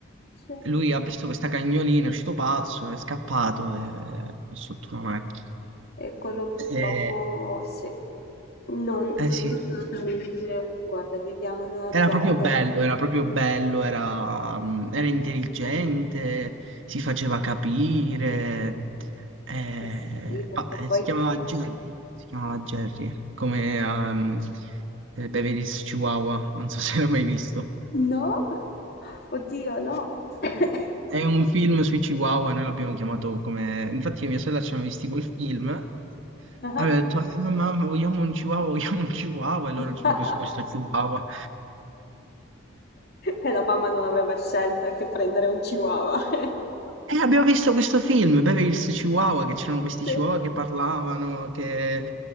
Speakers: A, on the left; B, on the right.
A: sì.
B: lui ha visto questa cagnolina, è uscito pazzo, è scappato, è, è sotto una macchina.
A: E quello purtroppo
B: Eh,
A: sì. Non, noi
B: eh sì,
A: fortunatamente, guarda, viviamo in una
B: Era
A: zona
B: proprio
A: dove...
B: bello, era proprio bello, era, mm, era intelligente, si faceva capire. eh,
A: Eh sì, perché
B: ah, eh,
A: poi...
B: si chiamava Jerry, si chiamava Jerry, come um, eh, Beverly's Chihuahua, non so <laughs> se l'hai mai visto.
A: No! Oddio, no! <coughs>
B: È un film sui Chihuahua, noi l'abbiamo chiamato come... Infatti mia sorella ci hanno visti quel film,
A: Ah.
B: aveva detto, "Eh, mamma, vogliamo un Chihuahua, vogliamo un Chihuahua, e loro
A: <laughs>
B: ci hanno preso questo Chihuahua.
A: E la mamma non aveva scelta che prendere un chihuahua. <laughs>
B: E abbiamo visto questo film, Beverly's Chihuahua, che c'erano questi
A: Sì,
B: chihuahua che parlavano, che,